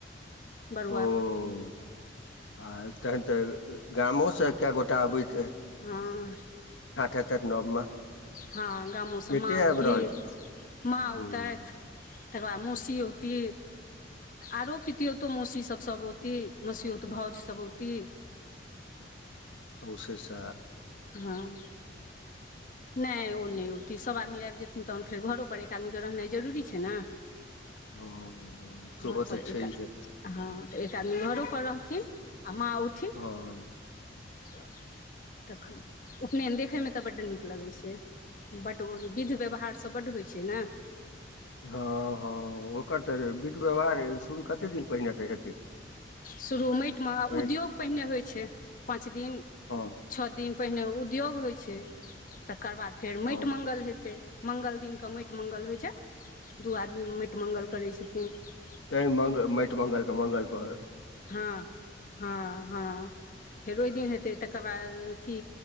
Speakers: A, on the left; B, on the left.
A: बरुआ
B: ओ आ तहन तऽ गामो से कए गोटा आबैत
A: हँ
B: हेतथि नवमे
A: हँ गामोसँ
B: के के
A: माँ औती
B: आबि रहल छथि
A: माँ
B: हँ
A: औतैत तकर बाद मौसी औती। आरो पितौतो मौसी सभ औती मौसीओत भौजसभ औती।
B: औशे ष
A: हँ नहि ओ नहि होती सब आदमी आबि जेतै। न तहन फेर घरोपर एक आदमीके रहनाइ जरूरी छैय ने।
B: हँ
A: तऽ
B: सेहो
A: घर पर
B: छैहे
A: एक आ हँ तऽ एक आदमी घरो पर रहथिन। आ माउथ ई
B: हँ
A: त तखन उपनैन देखय मे ते बड नीक लगै छै, बड ओ विध व्यवहार स बड्ड होय छै ने।
B: हँ हँ ओकर तऽ विध व्यवहार शुरू कते दिन पहिने तऽ हेतै
A: शुरू मेएट मे
B: पहिने
A: उद्योग पेहना होय छै पाँच दिन,
B: हँ
A: छ दिन। पेहना उद्योग होय छै, तकर बाद फेर
B: हँ
A: मेएट मांगल हेतै। मंगल दिन के मेएट मंगल होय छै। दू आदमी मेएट मंगल करै छथिन। <unintelligible>
B: तै मग मेएट मंगल के मंगल क
A: हाँ-हाँ-हाँ। फेर ओय दिन हेतै, तकर बाद अथी